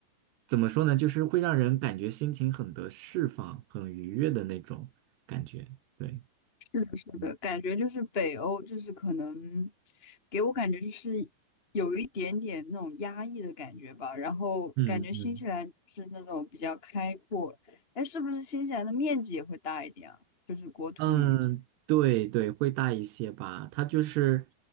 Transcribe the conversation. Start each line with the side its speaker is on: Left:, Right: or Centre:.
Right: 怎么说呢，就是会让人感觉心情很得释放、很愉悦的那种感觉。对，
Left: 是的，
Right: 嗯，
Left: 感觉就是北欧，就是可能给我感觉就是有一点点那种压抑的感觉吧。然后感觉新西兰是那种比较开阔，
Right: 嗯嗯。
Left: 哎，是不是新西兰的面积也会大一点啊？就是国土面积。
Right: 嗯，对对，会大一些吧。它就是